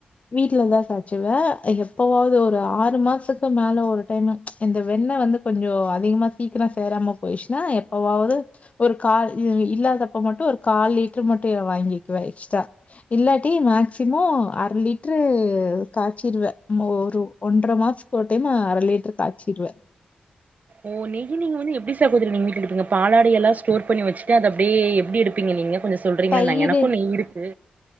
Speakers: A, on the left (about 45°); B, on the right (about 50°).
A: வீட்லதா காச்சுவ எப் எப்பவாவ்து ஒரு ஆறு மாசத்துக்கு மேல ஒரு டைம்மு இந்த வெண்ணெ வந்து கொஞ்சோ அதிகமா சீக்ர சேரா ம போய்ச்சுன்னா எப்பவாவ்து ஒரு கால் இல்லாதப்ப மட்டு ஒரு கால் லிட்ரு மட்டு வாங்கி கிக்குவ எக்ஸ்ட்ரா இல்லாட்டி மேக்சிமோ அரலிட் ட்ரு காச்சிருவ மோ ஒரு ஒன்ற மாசத்துக்கு ஒரு டைம் அர லிட்ரு காய்ச்சிருவே
B: ஓ நெய்ய நீங்க வந்து எப்டி சகோதரி நீங்க வீட்ல எடுப்பீங்க பாலாடை எல்லா ஸ்டோர் பண்ணி வச்சுட்டு அத அப்டியே எப்டி எடுப்பீங்க நீங்க கொஞ்ச சொல்றீங்ளா
A: தயிரு
B: நா எனக்கூ நெய் இருக்கு